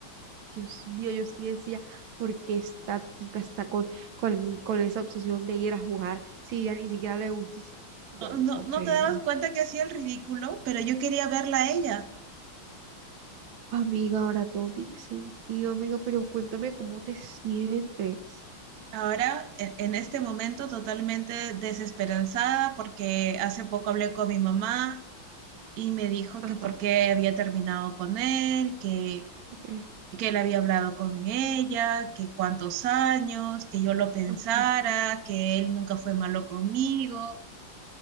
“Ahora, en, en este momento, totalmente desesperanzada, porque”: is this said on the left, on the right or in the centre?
Right